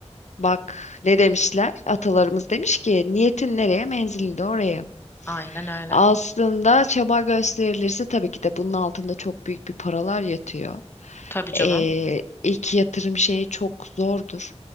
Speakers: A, on the left; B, on the left.
A: Bak ne demişler? Atalarımız demiş ki niyetin nereye menzilin de oraya.
B: Aynen öyle.
A: Aslında çaba gösterilirse tabii ki de bunun altında çok büyük bir paralar yatıyor.
B: Tabii canım.
A: Ee, ilk yatırım şeyi çok zordur.